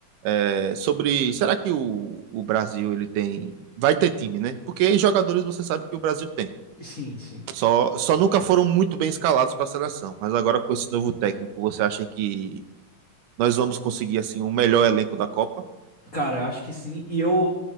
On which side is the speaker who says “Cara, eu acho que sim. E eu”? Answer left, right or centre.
Left